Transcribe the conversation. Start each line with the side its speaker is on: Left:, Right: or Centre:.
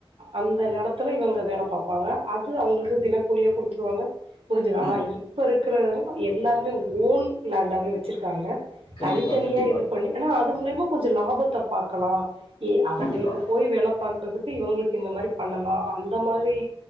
Right: அந்த நெலத்துல இவங்க வேல பாப்பாங்க அது அவங்களுக்கு தினக்கூலியா குடுத்துருவாங்க முடிஞ்சுது ஆன
Left: ம்.
Right: இப்ப இரு க்கற அ எல்லாருமே ஓன் லேண்டாவே வெச்சிருக்காங்க
Left: கண்டிப்பா,
Right: தனித்தனியா
Left: கண்டிப்பா,
Right: இது பண்ணி ஆனா அது மூலிய மா கொஞ்ச லாபத்த பாக்கலா இப்டி அவங்களுக்கு
Left: கண்டிப்பா,
Right: போய் வேல பாக் கறதுக்கு இவங்களுக்கு இந்த மாரி பண்ணலா அந்த மாரி